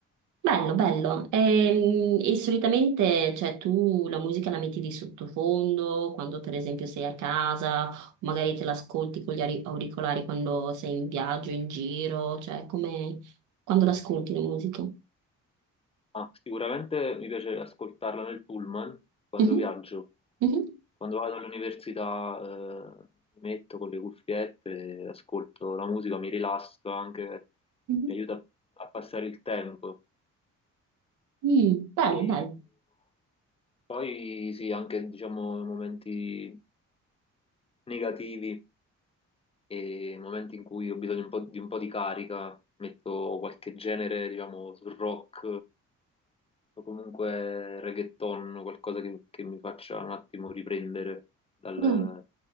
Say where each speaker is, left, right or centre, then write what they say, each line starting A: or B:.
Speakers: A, on the right; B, on the left.
A: Bello, bello. Ehm, E, solitamente, cioè, tu la musica la metti di sottofondo quando, per esempio, sei a casa, o magari te l'ascolti con gli auri- auricolari quando sei in viaggio, in giro, cioè, come quando l'ascolti la musica.
B: Ah, sicuramente mi piace ascoltarla nel pullman quando
A: Mhm,
B: viaggio.
A: mhm,
B: Quando vado all'università eh, mi metto con le cuffiette, ascolto la musica, mi rilasso anche,
A: mhm.
B: mi aiuta a, a passare il tempo.
A: Mm, bello,
B: E
A: bello.
B: poi sì, anche diciamo momenti negativi. e nei momenti in cui ho bisogno un po' di un po' di carica metto qualche genere, diciamo, sul rock o comunque reggaeton, qualcosa che, che mi faccia un attimo riprendere dal-
A: Mm.